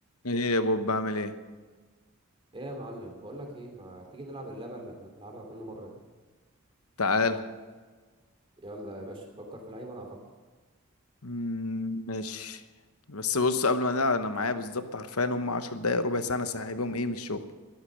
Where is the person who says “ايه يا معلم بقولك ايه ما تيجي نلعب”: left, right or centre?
Right